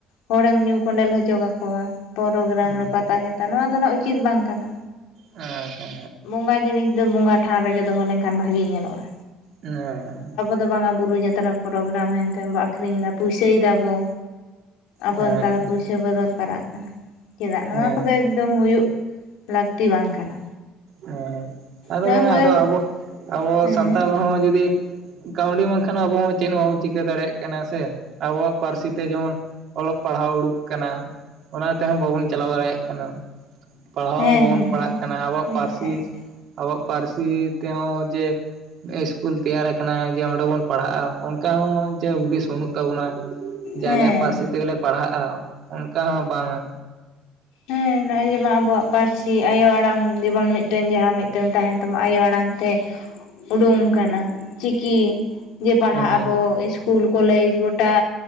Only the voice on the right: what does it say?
ᱟᱪᱪᱷᱟ
ᱟᱪᱪᱷᱟ
ᱦᱮᱸ᱾
ᱦᱮᱸ
ᱟᱪᱪᱷᱟ
ᱦᱮᱸ
ᱦᱮᱸ, ᱟᱫᱚ
ᱵᱟᱝᱟ
ᱟᱫᱚ ᱟᱵᱚ ᱟᱵᱚ
ᱥᱟᱱᱛᱟᱞ ᱦᱚᱸ ᱡᱩᱫᱤ ᱠᱟᱹᱣᱰᱤ ᱵᱟᱝᱠᱷᱟᱱ ᱟᱵᱚ ᱦᱚᱸ ᱪᱮᱫ ᱦᱚᱸ ᱵᱟᱵᱚᱱ ᱪᱤᱠᱟᱹ ᱫᱟᱲᱮᱭᱟᱜ ᱠᱟᱱᱟ ᱥᱮ ᱟᱵᱚᱣᱟᱜ ᱯᱟᱹᱨᱥᱤ ᱛᱮ ᱡᱮᱢᱚᱱ ᱚᱞᱚᱜ ᱯᱟᱲᱦᱟᱣ ᱩᱰᱩᱠ ᱠᱟᱱᱟ ᱚᱱᱟ ᱛᱮᱦᱚᱸ ᱵᱟᱵᱚᱱ ᱪᱟᱞᱟᱣ ᱫᱟᱲᱮᱭᱟᱜ ᱠᱟᱱᱟ᱾ ᱯᱟᱲᱦᱟᱣ
ᱦᱚᱸ ᱵᱟᱵᱚᱱ
ᱯᱟᱲᱦᱟᱜ ᱠᱟᱱᱟ ᱟᱵᱚᱣᱟᱜ
ᱯᱟᱹᱨᱥᱤ
ᱟᱵᱚᱣᱟᱜ ᱯᱟᱹᱨᱥᱤ ᱛᱮᱦᱚᱸ ᱡᱮᱻᱻ ᱤᱥᱠᱩᱞ ᱛᱮᱭᱟᱨ ᱟᱠᱟᱱᱟ ᱡᱮ ᱚᱸᱰᱮ ᱵᱚᱱ ᱯᱟᱲᱦᱟᱜᱼᱟ ᱚᱱᱠᱟ ᱦᱚᱸ ᱡᱮ ᱦᱩᱫᱤᱥ ᱵᱟᱹᱱᱩᱜ ᱛᱟᱵᱚᱱᱟ᱾ ᱡᱮ
ᱟᱞᱮᱭᱟᱜ ᱯᱟᱹᱨᱥᱤ ᱛᱮᱜᱮᱞᱮ ᱯᱟᱲᱦᱟᱜᱼᱟ ᱚᱱᱠᱟ ᱦᱚᱸ ᱵᱟᱝᱼᱟ᱾
ᱦᱮᱸ ᱦᱮᱸ